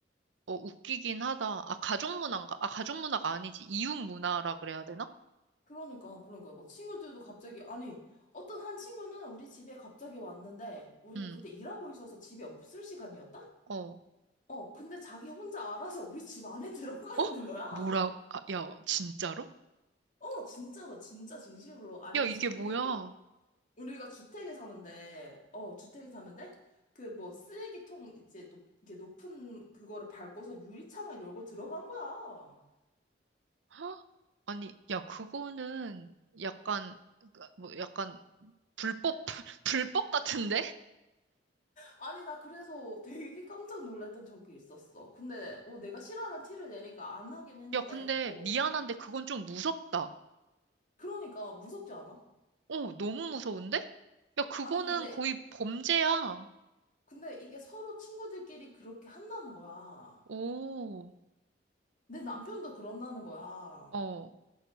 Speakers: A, on the right (about 80°); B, on the left (about 45°).
A: 어, 웃기긴 하다. 아, 가족 문화인가? 아, 가족 문화가 아니지. 이웃 문화라 그래야 되나?
B: 그러니까, 그러니까. 뭐 친구들도 갑자기, 아니, 어떤 한 친구는 우리 집에 갑자기 왔는데, 우리가
A: 음,
B: 그때 일하고 있어서 집에 없을 시간이었다?
A: 어.
B: 어, 근데 자기 혼자 알아서 우리 집 안에 <laughs> 들어가
A: 어?
B: 있는 거야.
A: 뭐라, 아, 야, 진짜로?
B: 어, 진짜로, 진짜 진심으로. 아니,
A: 야, 이게 뭐야?
B: 우리 우리가 주택에 사는데, 어, 주택에 사는데, 그 뭐 쓰레기통 이제 높, 이게 높은 그거를 밟고서 유리창을 열고 들어간 거야.
A: 헉? 아니, 야, 그거는 약간, 그, 뭐, 약간, 불법, <laughs> 불법 같은데?
B: 아니, 나 그래서 되게 깜짝 놀랐던 적이 있었어. 근데, 어, 내가 싫어하는 티를 내니까 안 하긴 했는데,
A: 야, 근데
B: 어,
A: 미안한데 그건 좀 무섭다.
B: 그러니까 무섭지 않아?
A: 어, 너무 무서운데? 야, 그거는
B: 아니, 근데,
A: 거의 범죄야.
B: 근데 이게 서로 친구들끼리 그렇게 한다는 거야.
A: 오,
B: 내 남편도 그런다는 거야.
A: 어,